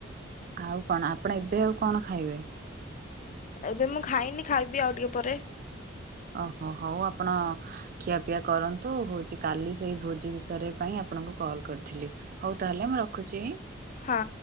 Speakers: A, on the right; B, on the left.
A: ଆଉ କଣ ଆପଣ ଏବେ ଆଉ କଣ ଖାଇବେ?
B: ଏବେ ମୁଁ ଖାଇନି ଖାଇବି ଆଉ ଟିକେ ପରେ
A: ଓ ହୋ ହଉ ଆପଣ ଖିଆପିଆ କରନ୍ତୁ ହଉଛି କାଲି ସେଇ ଭୋଜି ବିଷୟରେ ପାଇଁ ଆପଣଙ୍କୁ କଲ୍ କରିଥିଲି ହଉ ତା ହେଲେ ମୁଁ ରଖୁଛି।
B: ହଁ